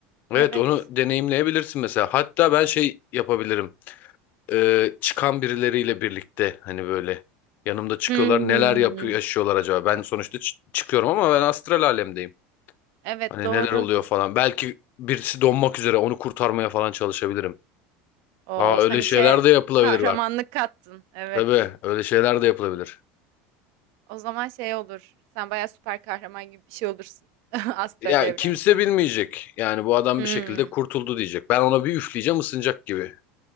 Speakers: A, on the left; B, on the right.
A: Evet
B: Evet.
A: onu deneyimleyebilirsin mesela. Hatta ben şey yapabilirim. e, çıkan birileriyle birlikte hani böyle yanımda çıkıyorlar.
B: Hmm,
A: Neler yapıyor, yaşıyorlar acaba? Ben sonuçta çı- çıkıyorum ama ben astral alemdeyim.
B: Evet
A: Hani
B: doğru.
A: neler oluyor falan. Belki birisi donmak üzere onu kurtarmaya falan çalışabilirim.
B: O
A: Aa öyle
B: sen işe
A: şeyler de yapılabilir
B: kahramanlık
A: bak.
B: kattın. Evet.
A: Tabii öyle şeyler de yapılabilir.
B: O zaman şey olur. Sen bayağı süper kahraman gibi bir şey olursun. <laughs> Astral
A: Ya
B: evrende.
A: kimse bilmeyecek. Yani bu adam
B: Hmm,
A: bir şekilde kurtuldu diyecek. Ben ona bir üfleyeceğim ısınacak gibi.